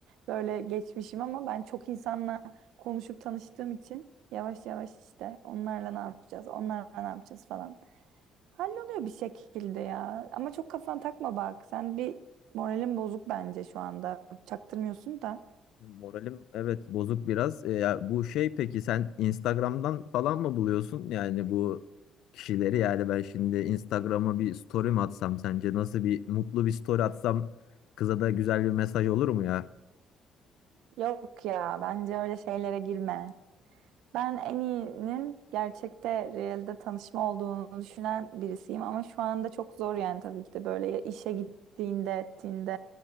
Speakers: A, on the right (about 80°); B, on the left (about 75°).
A: böyle geçmişim ama ben çok insanla konuşup tanıştığım için yavaş yavaş işte onlarla ne yapacağız onlarla ne yapacağız falan. Halloluyor bir şekilde ya. Ama çok kafana takma bak. Sen bir moralin bozuk bence şu anda. Çaktırmıyorsun da.
B: Moralim evet bozuk biraz. E, ya bu şey peki sen Instagram'dan falan mı buluyorsun? Yani bu kişileri yani ben şimdi Instagram'a bir story mi atsam sence nasıl bir mutlu bir story atsam kıza da güzel bir mesaj olur mu ya?
A: Yok ya bence öyle şeylere girme. Ben en iyinin gerçekte, realde tanışma olduğunu düşünen birisiyim ama şu anda çok zor yani tabii ki de böyle ya işe gittiğinde, ettiğinde.